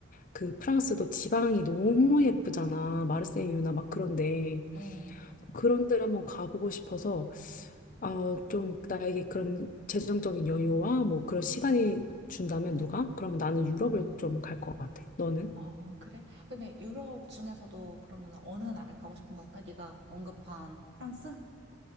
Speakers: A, on the left (about 45°); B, on the right (about 60°).
A: 그 프랑스도 지방이 너무 예쁘잖아. 마르세유나 막 그런데.
B: 어,
A: 그런 데를 한번 가보고 싶어서 아, 좀 나에게 그런 재정적인 여유와 뭐 그런 시간이 준다면 누가? 그러면 나는 유럽을 좀 갈 것 같아. 너는?
B: 어, 그래? 근데 유럽 중에서도 그러면 어느 나라 가고 싶은 걸까? 네가 언급한 프랑스?